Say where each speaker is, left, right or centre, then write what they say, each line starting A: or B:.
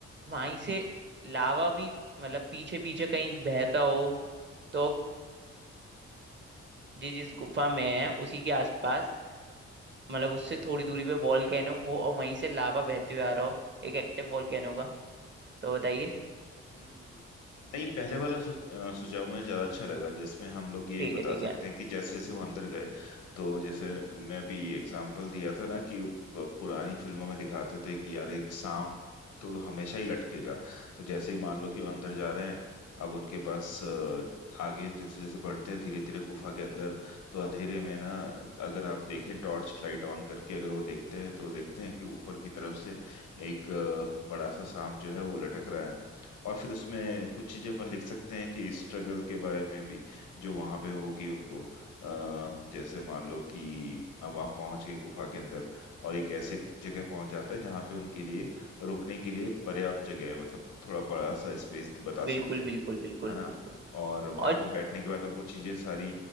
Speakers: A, on the right (about 35°); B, on the left (about 80°).
A: वहीं से लावा भी मतलब पीछे पीछे कहीं बहता हो तो ये जिस गुफा में है उसी के आसपास मतलब उससे थोड़ी दूरी पे वॉल्केनो हो और वहीं से लावा बहते हुए आ रहा हो एक एक्टिव वॉल्केनो का तो बताइए
B: हम्म, नहीं पहले वाला सु, अ, सुझाव मुझे ज्यादा अच्छा लगा जिसमें हम लोग ये
A: ठीक
B: बता
A: है ठीक
B: सकते
A: है
B: हैं कि जैसे जैसे वो अंदर गए तो जैसे तुमने अभी एग्जाम्पल दिया था ना कि प- पुरानी फिल्मों में दिखाते थे कि यार एक सांप तो हमेशा ही लटकेगा तो जैसे ही मान लो कि वो अंदर जा रहे हैं अब उनके पास अ, आगे जैसे जैसे बढ़ते हैं धीरे धीरे गुफा के अंदर तो अंधेरे में ना अगर आप देखें टॉर्च लाइट ऑन करके अगर वो देखते हैं तो वो देखते हैं कि ऊपर की तरफ से एक अ, बड़ा सा सांप जो है वो लटक रहा है और फिर उसमें कुछ चीजें अपन लिख सकते हैं कि स्ट्रगल के बारे में भी जो वहां पे होगी उनको अ, जैसे मान लो कि अब वहां पहुंच गए गुफा के अंदर और एक ऐसे जगह पहुंच जाते हैं जहाँ पे उनके लिए रुकने के लिए पर्याप्त जगह है मतलब थोड़ा बड़ा सा स्पेस बता
A: बिल्कुल
B: सकते हैं
A: बिल्कुल बिल्कुल
B: है ना
A: बिल्कुल
B: और वहां
A: और
B: पे बैठने के बाद अब वो चीजें सारी